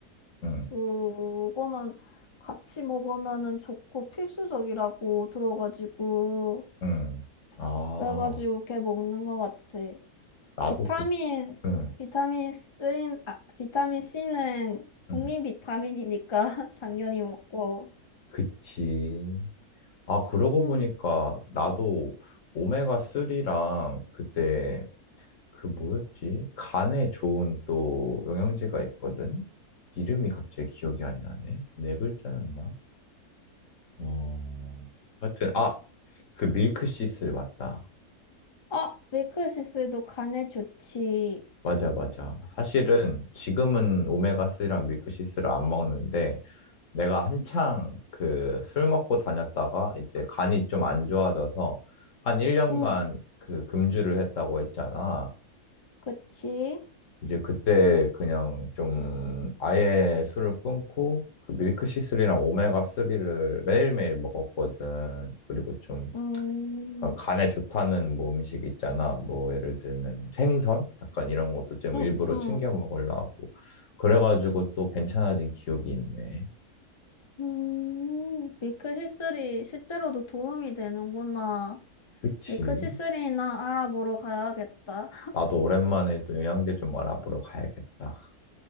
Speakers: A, on the left; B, on the left.
A: 음,
B: 그거는 같이 먹으면은 좋고 필수적이라고 들어가지고
A: 음. 아,
B: 그래가지고 걔 먹는 것 같아.
A: 나도
B: 비타민
A: 그, 음,
B: 비타민 3, 아 비타민 C는 국민
A: 음.
B: 비타민이니까 <laughs> 당연히 먹고.
A: 그치. 아, 그러고
B: 음.
A: 보니까 나도 오메가3랑 그때 그 뭐였지? 간에 좋은 또 영양제가 있거든? 이름이 갑자기 기억이 안 나네. 네 글자였나? 어, 하여튼, 아, 그 밀크시슬 맞다.
B: 아 밀크시슬도 간에 좋지.
A: 맞아, 맞아. 사실은 지금은 오메가3랑 밀크시슬을 안 먹는데 내가 한창 그 술 먹고 다녔다가 이제 간이 좀 안 좋아져서 한 1년간
B: 응,
A: 그 금주를 했다고 했잖아.
B: 그치?
A: 이제 그때 그냥 좀 아예 술을 끊고 그 밀크시슬이랑 오메가3를 매일매일 먹었거든. 그리고 좀
B: 음,
A: 약간 간에 좋다는 뭐 음식 있잖아. 뭐 예를 들면 생선? 약간 이런 것도 좀
B: 응,
A: 일부러
B: 응.
A: 챙겨 먹으려고. 그래가지고 또 괜찮아진 기억이 있네.
B: 음, 밀크시슬이 실제로도 도움이 되는구나.
A: 그치?
B: 미크 시스리나 알아보러 가야겠다.
A: 나도 오랜만에 또 영양제 좀 알아보러 가야겠다.